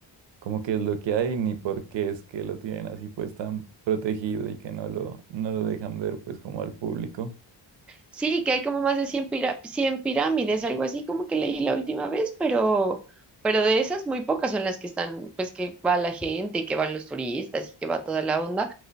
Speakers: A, on the right; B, in the centre.
A: como qué es lo que hay, ni por qué es que lo tienen así, pues, tan protegido y que no lo, no lo dejan ver, pues, como al público.
B: Sí, que hay como más de cien pira- cien pirámides, algo así como que leí la última vez, pero, pero de esas muy pocas son las que están, pues que va la gente y que van los turistas y que va toda la onda,